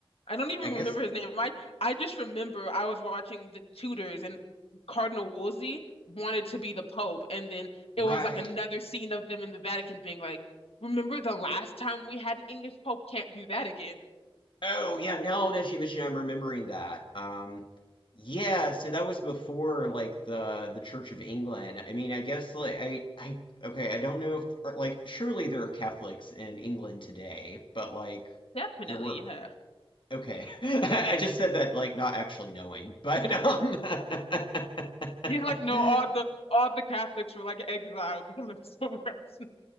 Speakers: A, on the left; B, on the left.
A: I don't even
B: I guess
A: remember his name. I I just remember I was watching the Tudors and Cardinal Wolsey wanted to be the Pope, and then
B: right.
A: it was like another scene of them in the Vatican being like, "Remember the last time we had an English Pope? Can't do that again."
B: Oh yeah, now that you mention, it, I'm remembering that. Um, yeah, so that was before like the the Church of England. I mean, I guess like I I okay, I don't know if or, like surely there are Catholics in England today, but like
A: Definitely,
B: there were
A: yeah.
B: okay. <laughs> I just said that like not actually knowing, but um, <laughs>
A: Yeah, like no, all the all the Catholics were like exiled. <laughs> They lived somewhere else.